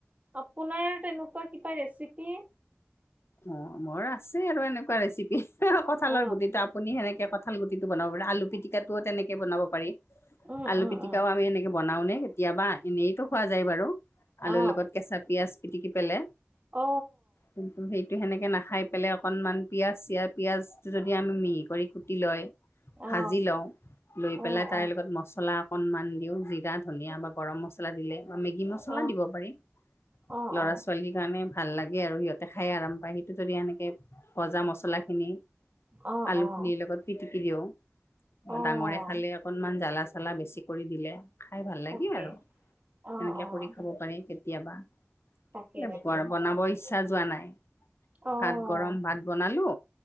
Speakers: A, on the right; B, on the left.
A: আপোনাৰ তেনুকুৱা কিবা ৰেচিপি?
B: অ মোৰ আছে আৰু এনেকুৱা ৰেচিপি, কঁঠালৰ
A: অ
B: গুটি তা আপুনি সেনেকে কঁঠাল গুটিটো বনাব পাৰে, আলু পিটিকাটো তেনেকে বনাব পাৰি,
A: উম
B: আলু
A: উম
B: পিটকাও
A: উম
B: আমি হেনেকে বনাওঁনে কেতিয়াবা এনেইতো খোৱা যায় বাৰু
A: অ
B: আলুৰ লগত কেঁচা পিঁয়াজ পিটিকি পেলাই।
A: অ
B: কিন্তু সেইটো সেনেকে নাখাই পেলাই অকণমান পিঁয়াজ চিয়া পিঁয়াজটো যদি আমি মিহি কৰি কুটি লয়
A: অ
B: ভাজি লওঁ লৈ
A: অ
B: পেলাই তাইৰ
A: অ
B: লগত মছলা অকনমান দিওঁ দি যা ধনিয়া
A: অ',
B: বা গৰম মছলা দিলে বা মেগী মছলা
A: অ',
B: দিব পাৰি।
A: অ',
B: ল'ৰা ছোৱালীৰ কাৰণে ভাল লাগে আৰু সিহঁত তেখাই আৰাম পায়, সেইটো যদি এনেকে ভজা মছলাখিনি
A: অ', অ',
B: আলুখিনিৰ লগত পিটিকি দিওঁ
A: অ',
B: বা ডাঙৰে খালে অকণমান জ্বালা চালা বেছি কৰি দিলে খাই ভাল
A: তাকে
B: লাগে আৰু
A: অ', অ',
B: এনেকে কৰি খাব পাৰি কেত তিয়াবা,
A: তাকে
B: এ
A: তাকে
B: বৰ বনাব ইচ্ছা যোৱা নাই
A: অ',
B: ভাত গৰম ভাত বনালো,